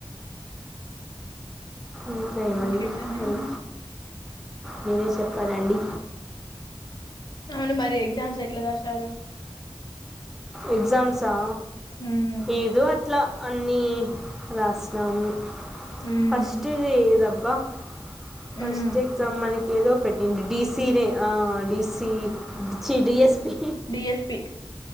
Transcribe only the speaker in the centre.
ఇంకా ఏమండి
మరి మీరె చెప్పాలండి
ఎగ్జామ్స్ ఆ
ఏదో అట్లా అన్నీ రాసినాము
ఫస్ట్ది ఇదబ్బా ఫస్ట్కి
చ మనకి ఏదో పెట్టింది డీసీ దే ఆ డీసీ చి డిఎస్పి